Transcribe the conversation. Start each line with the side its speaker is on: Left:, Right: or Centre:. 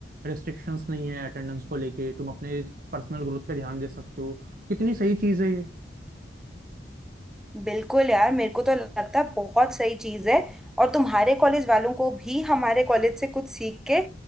Right: रिस्ट्रिक्शंस नहीं है अटेंडेंस को लेके तुम अपने पर्सनल ग्रोथ पे ध्यान दे सकते हो कितनी सही चीज़ है ये
Centre: बिल्कुल यार मेरे को तो लगता है बहुत सही चीज़ है और तुम्हारे कॉलेज वालों को भी हमारे कॉलेज से कुछ सीख के